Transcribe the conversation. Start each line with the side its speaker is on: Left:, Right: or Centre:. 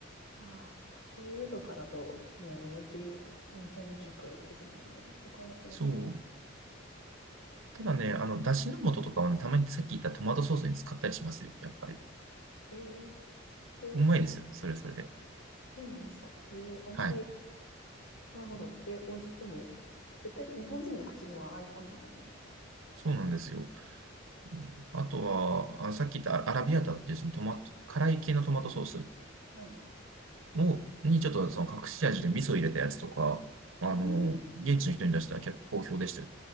Left: ああ、醤油とかだと、もう思いっきり日本食ですもんね。他の国じゃあんまり。
Right: そう。ただね、あの、だしの素とかはね、たまにさっき言ったトマトソースに使ったりしますよ、やっぱり。
Left: ええそれ、
Right: うまいですよ、それはそれで。
Left: そうなんですか。ええあんまり、
Right: はい。
Left: なるほど。え、美味し、でも、絶対日本人の口には合いますもんね。
Right: そうなんですよ。うんあとは、あ、さっき言ったアラビアータっていうそのトマト、辛い系のトマトソース。
Left: はい。
Right: を、にちょっとその隠し味で味噌入れたやつとか、あの、
Left: うーん。
Right: 現地の人に出したら結構好評でしたよ。